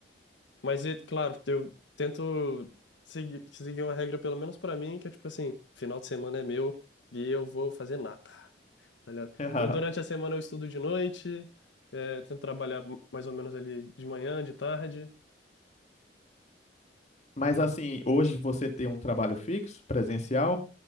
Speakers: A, on the left (about 85°); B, on the left (about 40°).
A: Mas, é claro, eu tento seguir, seguir uma regra, pelo menos para mim, que é tipo assim, final de semana é meu e eu vou fazer nada, tá ligado?
B: <laughs>
A: Então, durante a semana eu estudo de noite, é, tento trabalhar mais ou menos ali de manhã, de tarde.
B: Mas assim, hoje você tem um trabalho fixo, presencial?